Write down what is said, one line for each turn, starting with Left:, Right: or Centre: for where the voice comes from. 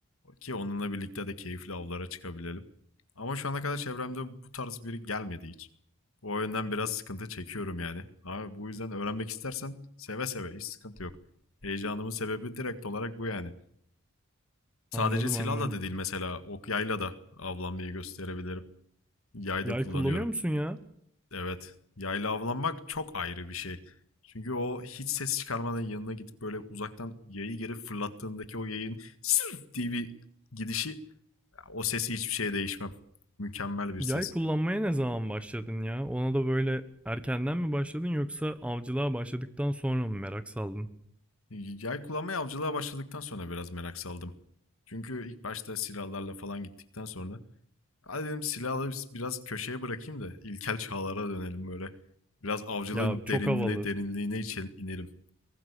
Left: Ki onunla birlikte de keyifli avlara çıkabilelim. Ama şu ana kadar çevremde bu tarz biri gelmedi hiç. O yönden biraz sıkıntı çekiyorum yani. Abi bu yüzden öğrenmek istersen seve seve hiç sıkıntı yok. Heyecanımın sebebi direkt olarak bu yani. Sadece
Centre: Anladım
Left: silahla
Centre: anladım.
Left: da değil mesela ok yayla da avlanmayı gösterebilirim. Yay
Centre: Yay
Left: da kullanıyorum.
Centre: kullanıyor musun ya?
Left: Evet yayla avlanmak çok ayrı bir şey. Çünkü o hiç ses çıkarmadan yanına gidip böyle uzaktan yayı geri fırlattığındaki o yayın sırf diye bir gidişi o sesi hiçbir şeye değişmem. Mükemmel bir
Centre: Yay
Left: ses.
Centre: kullanmaya ne zaman başladın ya? Ona da böyle erkenden mi başladın yoksa avcılığa başladıktan sonra mı merak saldın?
Left: Yay kullanmaya avcılığa başladıktan sonra biraz merak saldım. Çünkü ilk başta silahlarla falan gittikten sonra hadi dedim silahları biraz köşeye bırakayım da ilkel çağlara dönelim böyle. Biraz avcılığın
Centre: Ya çok
Left: derinliği
Centre: havalı.
Left: derinliğine inelim.